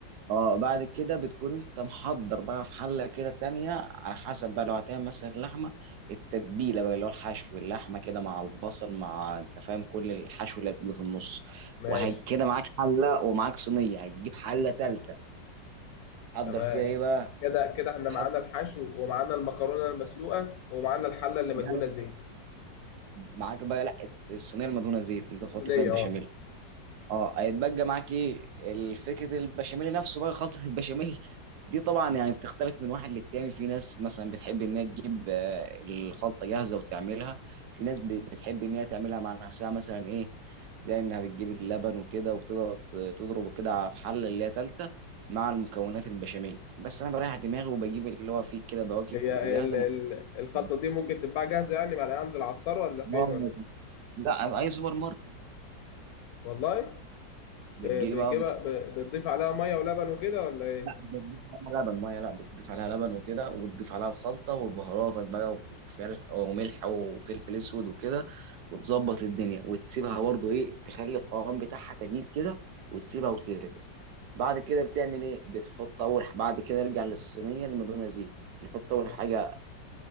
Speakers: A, on the right; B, on the left.
A: اه بعد كده بتكون انت محضر بقى في حله كده تانية على حسب بقى لو هتعمل مثلا لحمه التتبيله بقى اللي هو الحشو اللحمه كده مع البصل مع انت فاهم كل الحشو اللي بيبقى في النص
B: ماشي
A: وكده معاك حله ومعاك صينيه هتجيب حله تالته هتحضر
B: تمام
A: فيها ايه بقى
B: كده كده إحنا
A: هتحضر
B: معانا الحشو ومعانا المكرونة المسلوقة ومعانا الحلة اللي مدهونة
A: يعني
B: زيت
A: معاك بقى لا الصينيه المدهونه زيت اللي انت
B: الصينية
A: تحط فيها البشاميل
B: آه
A: اه هيتبقى معاك ايه الفكره البشاميل نفسه بقى خلطه البشاميل <laughs> دي طبعا يعني بتختلف من واحد للتاني في ناس مثلا بتحب ان هي تجيب آه، الخلطه جاهزه وتعملها في ناس ب- بتحب ان هي تعملها مع نفسها مثلا ايه زي انها بتجيب اللبن وكده وتقعد تضربه كده في حله اللي هي تالته مع المكونات البشاميل بس انا بريح دماغي وبجيب اللي هو فيه كده بواكب
B: هي
A: تبقى جاهزه
B: ال ال
A: مكتوبة.
B: الخلطة
A: <laughs>
B: دي ممكن تتباع جاهزة يعني معلقة عند العطار ولا فين
A: اه
B: ولا
A: لا اي سوبر ماركت
B: والله
A: بتجيبها
B: ب- بتجيبها ب- بتضيف عليها مية ولبن وكده ولا إيه؟
A: لا بتضيف عليها لبن ميه لا بتضيف عليها لبن وكده وبتضيف عليها الخلطه وبهاراتك بقى وفلفل وملح وفلفل اسود وكده وتظبط الدنيا وتسيبها برضو ايه تخلي القوام بتاعها تجيل كده وتسيبها وتهدى بعد كده بتعمل ايه بتحط اول ح- بعد كده نرجع للصينيه اللي مدهونه زيت نحط اول
B: آه.
A: حاجه